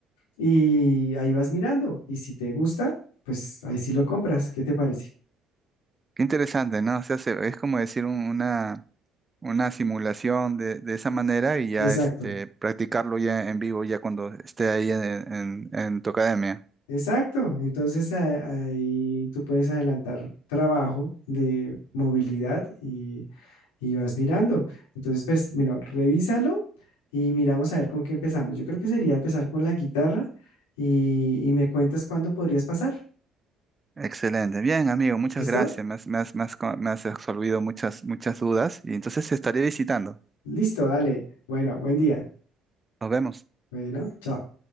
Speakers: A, on the left; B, on the right.
A: y ahí vas mirando y si te gusta, pues ahí sí lo compras. ¿Qué te parece?
B: Qué interesante, ¿no? O sea, se- es como decir un- una, una simulación de, de esa manera y ya
A: Exacto.
B: este, practicarlo ya en vivo, ya cuando esté ahí en, en- en tu academia.
A: Exacto, entonces a- ahí tú puedes adelantar trabajo de movilidad y, y vas mirando. Entonces, pues, mira, revísalo y miramos a ver con qué empezamos. Yo creo que sería empezar con la guitarra y, y me cuentas cuándo podrías pasar.
B: Excelente. Bien, amigo, muchas
A: ¿Listo?
B: gracias. Me has, me has- me has co- me has absolvido muchas, muchas dudas y entonces estaré visitando.
A: Listo, dale. Bueno, buen día.
B: Nos vemos.
A: Bueno, chao.